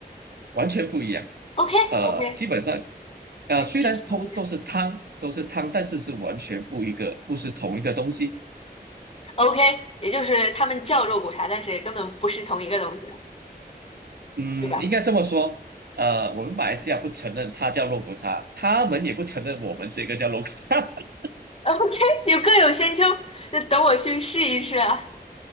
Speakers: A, on the right (about 70°); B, on the left (about 35°).
A: 完全不一样。
B: OK，OK，
A: 呃，基本上，呃，
B: 可以去尝一下。
A: 虽然都都是汤，都是汤，但是是完全不一个，不是同一个东西。
B: OK，也就是他们叫肉骨茶，但是根本不是同一个东西，
A: 嗯，
B: 对吧
A: 应该这么说。呃，我们马来西亚不承认它叫肉骨茶，他们也不承认我们这个叫肉骨茶。<laughs>
B: ？OK，<laughs> 就各有千秋。那等我去试一试啊，